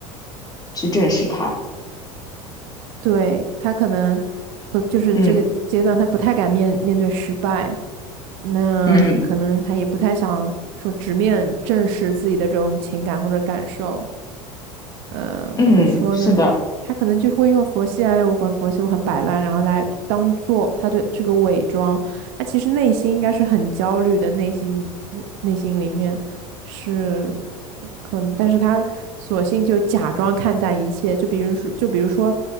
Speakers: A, on the left; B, on the right.
A: 去正视它。
B: 对，他可能不就是这个阶段，
A: 嗯
B: 他不太敢面面对失败，那可能他也不太想说直面正视自己的这种情感或者感受。
A: 嗯
B: 呃，
A: 嗯，
B: 怎么说呢？
A: 是的，
B: 他可能就是会用佛系，哎，我很佛系，我很摆烂，然后来当做他的这个伪装，他其实内心应该是很焦虑的，内心内心里面是可能，但是他索性就假装看淡一切，就比如说，就比如说，